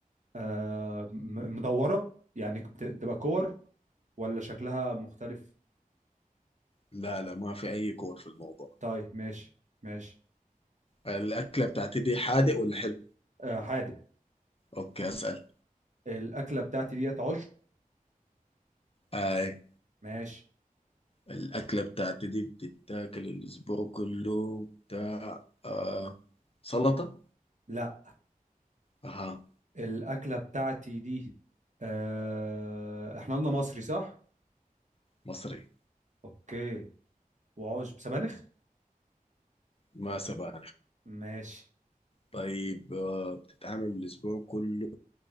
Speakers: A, on the right; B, on the left.
A: آه م- مدورة يعني بت- بتبقى كور ولا شكلها مختلف
B: لا لا ما في أي كور في الموضوع
A: طيب ماشي ماشي
B: الأكلة بتاعتي دي حادق ولا حلو؟
A: آه حادق
B: أوكي أسأل
A: الأكلة بتاعتي ديت عشب
B: هاي
A: ماشي
B: الأكلة بتاعتي دي بتتاكل الأسبوع كله بتاع آه سلطة؟
A: لا
B: أها
A: الأكلة بتاعتي دي آه... احنا قلنا مصري صح؟
B: مصري
A: اوكي وعشب سبانخ؟
B: ما سبق
A: ماشي
B: طيب آه، بتتعامل الأسبوع كله